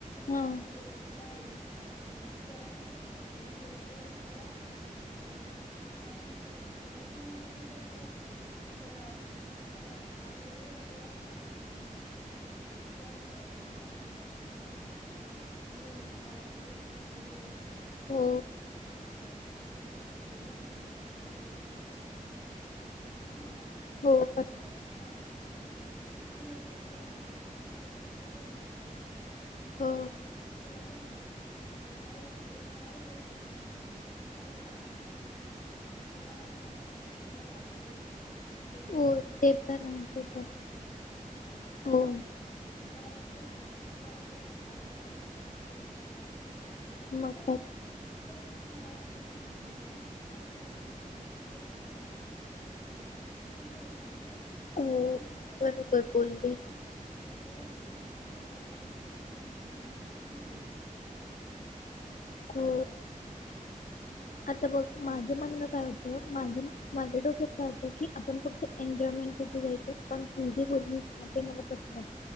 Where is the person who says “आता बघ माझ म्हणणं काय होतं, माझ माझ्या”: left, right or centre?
Left